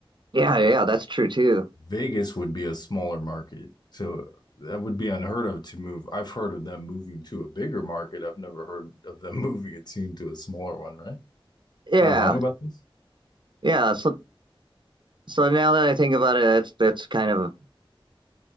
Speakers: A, on the right (about 55°); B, on the left (about 50°).
A: yeah, yeah, that's true too.
B: Vegas would be a smaller market. So that would be unheard of to move. I've heard of them moving to a bigger market. I've never heard of them <laughs> moving a team to a smaller one, right? Am
A: Yeah,
B: I wrong about this?
A: yeah. So So now that I think about it, that's that's kind of